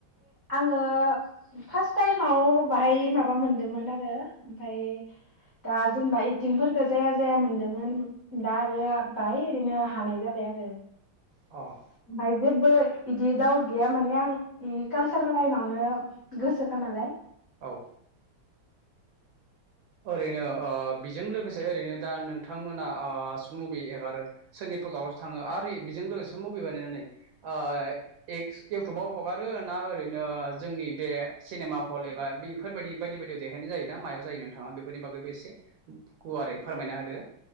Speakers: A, on the right; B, on the right.
A: आङो फार्स्ट टाइम माव बाहाय माबा मोनदोंमोन आरो ओमफाय दा जेनेबा एखथिंफोरखौ जाया जाया मोनदोंमोन दा आरो बाहाय ओरैनो हानाय जाबाय। आरो
B: अ ।
A: ओमफ्राय जेबो बिदि डाउट गैया माने आं कालसार लाइनावनो गोसोखा नालाय
B: औ । ओरैनो ओ बेजों लोगोसे ओरैनो दा नोंथांमोना ओ सर्ट मुभि एगारो सोरनि थाङो आरो बेजों लोगोसे सर्ट मुभि बानायनानै ओ एक्स इउटुबाव हगारो ना हा ओरैनो जोंनि बे सिनेमा हल एबा बेफोरबायदि बायदि बायदियाव देखायनाय जायोना मायाव जायो? थाङा बेफोरनि बागैबो एसे गुवारै फोरमायना होदो